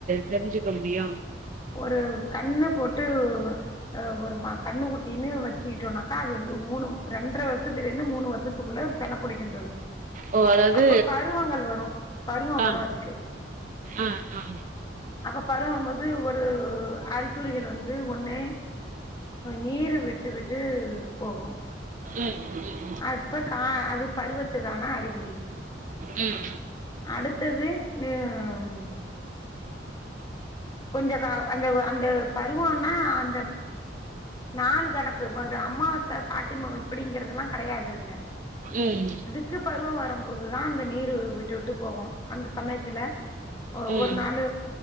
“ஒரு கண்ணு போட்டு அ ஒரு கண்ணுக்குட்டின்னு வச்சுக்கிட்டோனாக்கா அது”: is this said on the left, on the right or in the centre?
Left